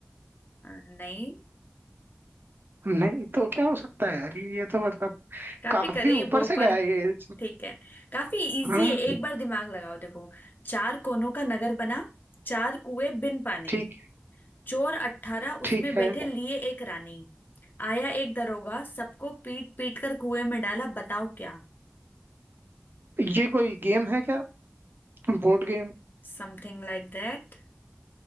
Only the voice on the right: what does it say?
नहीं तो क्या हो सकता है यार ये तो मतलब
काफी
ऊपर
से
गया है ये
हाँ
ठीक
ठीक
है
ये कोई गेम है क्या board game